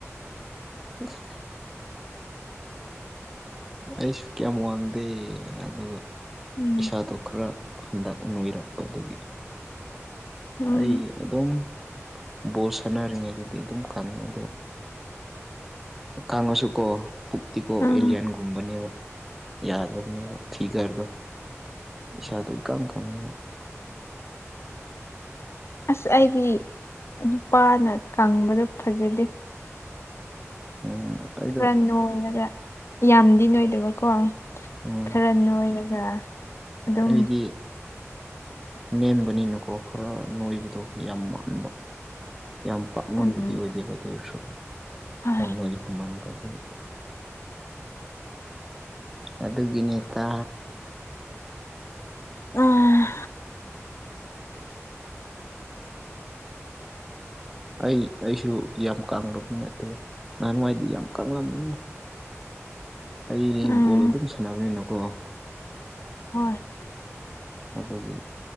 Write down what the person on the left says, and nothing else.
ꯎꯝ
ꯎꯝ
ꯎꯝ
ꯑꯁ ꯑꯩꯗꯤ ꯅꯨꯄꯥꯅ ꯀꯪꯕꯗꯣ ꯐꯖꯗꯦ
ꯈꯔ ꯅꯣꯏꯔꯒ ꯌꯥꯝꯗꯤ ꯅꯣꯏꯗꯕꯀꯣ
ꯈꯔ ꯅꯣꯏꯔꯒ ꯑꯗꯨꯝ
ꯎꯝ
ꯍꯣꯏ
ꯎꯝ
ꯎꯝ
ꯍꯣꯏ